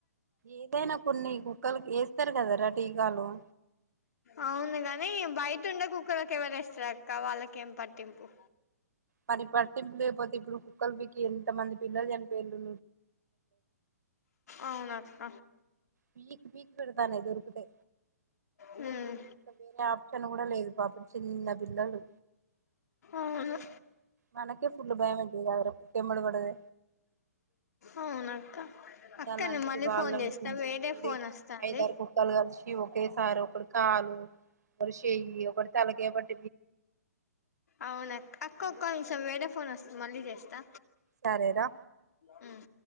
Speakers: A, on the right; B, on the left.
A: ఏదైనా కొన్ని కుక్కలకి ఏస్తారు కదరా టీకాలు
B: అవును గని బయటుండే కుక్కలకి ఎవరేస్తారక్క వాళ్ళకేం పట్టింపు
A: పనిపట్టింపులేపోతే ఇప్పుడు ముక్కల్ పికి ఎంత మంది పిల్లలు చనిపొయిండ్రు
B: అవునక్క
A: పీక్ పీక్ పెడతాన్నాయ్ దొరుకుతే,
B: హ్మ్
A: ఇక వేరే ఆప్షన్ గుడ లేదు పాపం చిన్న పిల్లలు
B: అవును
A: మనకే ఫుల్లు భయం అయితది గదరా. ఎమ్మడబడదే
B: అవునక్క
A: ఇంగలాంటిది
B: అక్క నేను మళ్ళీ
A: వాళ్ళ
B: ఫోన్
A: అనుకుంటూడి
B: చేస్తా వేరే ఫోన్ వస్తాంది
A: ఐదారు కుక్కలు కలిషి ఒక్ ఈ సార్ ఒకడు కాలు ఒక షెయ్యి ఒకటి తల యొకటి
B: అవునాక్ అక్క ఒక్క నిమిషం వేరే ఫోన్ వస్తుంది మళ్ళీ చేస్తా
A: సరేరా
B: హ్మ్